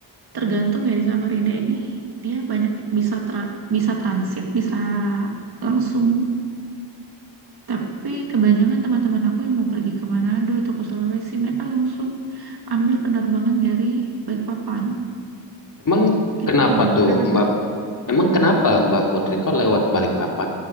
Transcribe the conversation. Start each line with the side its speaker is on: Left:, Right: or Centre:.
Right: tergantung ya di Samarinda ini dia banyak bisa tra- bisa transit, bisa langsung. Tapi kebanyakan teman-teman aku yang mau pergi ke Manado atau ke Sulawesi, mereka langsung ambil penerbangan dari Balikpapan.
Left: Emang
Right: Gitu,
Left: kenapa tuh
Right: karena
Left: Mbak? Emang kenapa Mbak Putri kok lewat Balikpapan?